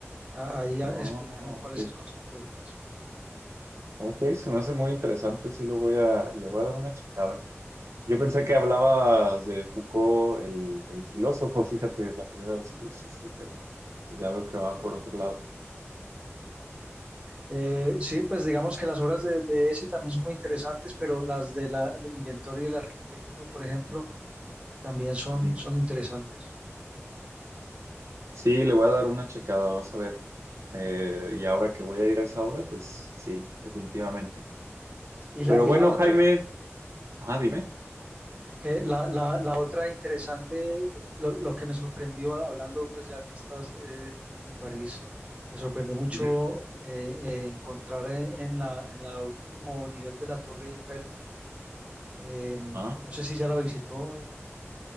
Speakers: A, on the right; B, on the right.
A: A- Ahí
B: Ah,
A: ah, explican
B: ok.
A: cuál es el concepto detrás.
B: Ok, se me hace muy interesante. Sí, lo voy a, le voy a dar una checada. Yo pensé que hablabas de Foucault, el, el filósofo, fíjate, la primera vez que dijiste, pero ya veo que va por otro lado.
A: Eh, sí, pues digamos que las obras de, de ese también son muy interesantes, pero las de la, del inventor y del arquitecto, por ejemplo, también son,
B: Ujú.
A: son interesantes.
B: Sí, le voy a dar una checada, vas a ver. Eh, y ahora que voy a ir a esa obra, pues sí, definitivamente.
A: Y la,
B: Pero
A: y
B: bueno,
A: la otra,
B: Jaime, ah, dime.
A: que la, la, la otra interesante, lo, lo que me sorprendió hablando, pues ya que estás eh, en París, me sorprendió mucho
B: Ujú.
A: eh, eh, encontrar en, en la, en la último nivel de la Torre Eiffel, eh, no
B: Ah.
A: sé si ya la visitó, eh,